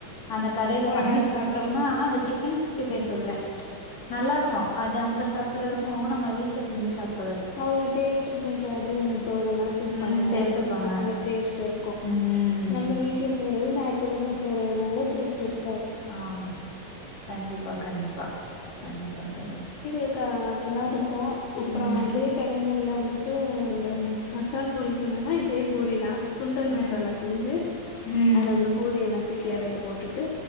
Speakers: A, on the left; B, on the left.
A: அந்த கடைல
B: வராது
A: வாங்கி சாப்டம்னா அது சிக்கன் சிக்ஸ்டி ஃபை சொல்றே நல்லாருக்கு அது அங்க சாப்புறதுக்கு நம்ம வீட்ல செஞ்சு சாப்
B: அவுங்க டேஸ்ட்டு கொஞ்சொ அஜினமொட்டோ இதெல்லா சேப்பாங்க
A: ம் சேத்துப்பாங்க.
B: கொஞ்ச நல்ல டேஸ்ட் இருக்கு
A: ம்
B: நம்ம வீட்ல செய்றது நா <unintelligible> செய்றதுனால டேஸ்ட் இருக்
A: ஆமா கண்டிப்பா கண்டிப்பா கண்டிப்பா தோழி
B: க்கா அதல்லாரு க்கு அப்பற
A: ம்
B: வந்து கடைங்கள்ல வந்து ட்டு இந்த மசால் பூரிகென்னனா இதே பூரிதா சுண்டல் மசாலா
A: ம்
B: செஞ்சு
A: ம்
B: அத வந்து பூரிய நசு க்கி அதுல போட்டுட்டு